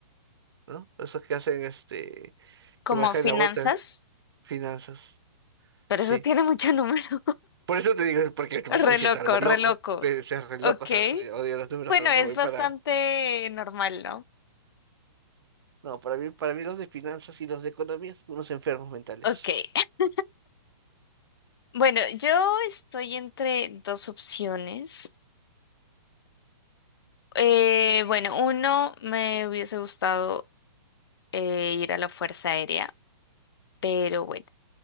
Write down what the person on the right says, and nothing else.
¿no? Esos que hacen este,
que manejan
la bolsa, finanzas.
Sí.
Por eso te digo, es porque
me estás diciendo
algo loco.
Debe ser re
loco, o sea, sí, odio los números,
pero
me voy
para.
No, para mí, para mí los de finanzas y los de economía son unos enfermos mentales.